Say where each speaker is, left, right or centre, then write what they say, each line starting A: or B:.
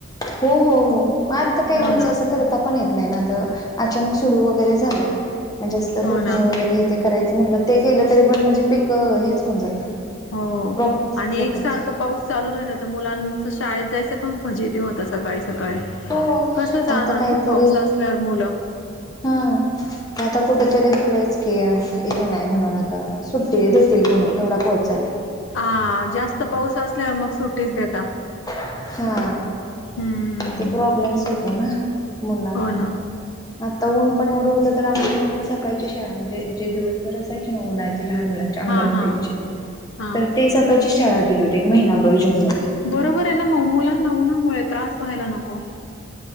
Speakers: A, on the left; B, on the left.
A: हो हो हो मग आजता काय
B: हो
A: म्हणजे
B: ना
A: असं करता पण येत नाही ना तर अचानक सुरू वगैरे झालं म्हणजे असत
B: हो
A: टोकणी
B: ना
A: वगैरे हे ते करायचं म्हटलं ते केलं तरी पण म्हणजे पिक हेच होऊन जातं
B: हो
A: प्रॉब्लेम्सच
B: आणि एक
A: येतात
B: सारखं पाऊस चालू राहिला तर मुलांच शाळेत जायचं पण म्हजे होता सकाळी सकाळी
A: हो
B: कसं जाणार
A: आता काहीतरी
B: ना पाऊस असल्यावर मुलं
A: हा आता कुठ तरी दिलायच हे नाही म्हणून आता सुट्टी देतील म्हणून एवढा पोहोचालला
B: हा जास्त पाऊस असल्यावर मग सुट्टीच देता
A: हा
B: हम्म.
A: ते प्रॉब्लेम्स होतो ना मुलांना
B: हो ना.
A: आता ऊन पण एवढं होतं तर आमच्याण सकाळची शाळा म्हणजे जे दिवसभर असायची ना उन्हायची लह मुलांच्या अणवाची
B: हां, हां, हां. हां.
A: तर ते सकाळची शाळा दिली होती एक महिभर जून म
B: बरोबर आहे ना मग मुलांना उ्हामुळे त्रास व्हायला नको